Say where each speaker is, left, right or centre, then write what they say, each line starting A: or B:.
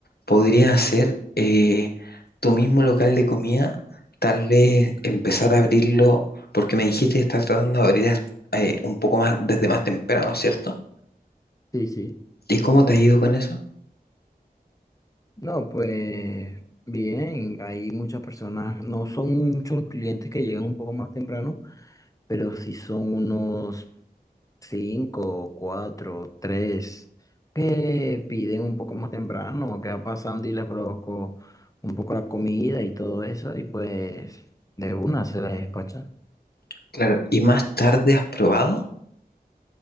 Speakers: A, on the left; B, on the left.
A: podrías hacer eh, tu mismo local de comida, tal vez empezar a abrirlo, porque me dijiste que estás tratando de abrir hasta- eh, un poco más desde más temprano, ¿cierto?
B: Sí, sí.
A: ¿Y cómo te ha ido con eso?
B: No, pues bien, hay muchas personas, no son muchos los clientes que llegan un poco más temprano, pero sí son unos Cinco, cuatro, tres, que piden un poco más temprano, que va pasando y les provocó un poco la comida y todo eso, y pues de una se les despachan.
A: Claro, ¿y más tarde has probado?